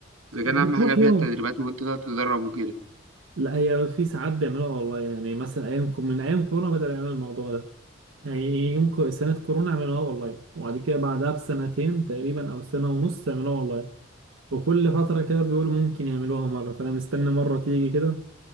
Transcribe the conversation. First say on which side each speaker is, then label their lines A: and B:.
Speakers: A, on the right; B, on the right.
A: إذا كان
B: بتروح
A: أهم حاجة فيها
B: يوم
A: التدريبات وأنت تقعد تدرب وكده
B: لا هي في ساعات بيعملوها اونلاين يعني مثلا ايام كو- من ايام كورونا بدأوا يعملوا الموضوع ده يعني يوم كو- سنه كورونا عملوها اونلاين وبعد كده بعدها بسنتين تقريبا او سنه ونص عملوها اونلاين وكل فترة كده بيقولوا ممكن يعملوها مرة فأنا مستني مرة تيجي كده